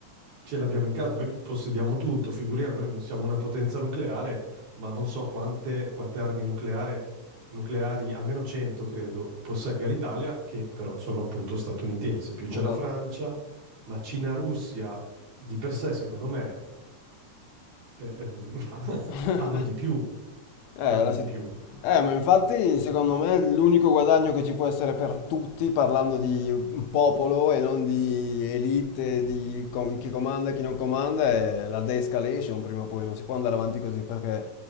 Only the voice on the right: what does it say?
ce l'abbiamo in casa, noi possediamo tutto, figuriamo, noi non siamo una potenza nucleare, ma non so quante, quante armi nucleare- nucleari, almeno 100 credo, possegga l'Italia, che però sono appunto statunitensi, in più c'è
la Francia, ma Cina-Russia di per sé, secondo me, eh, ehm, <laughs>
hanno di più,
hanno
di
più.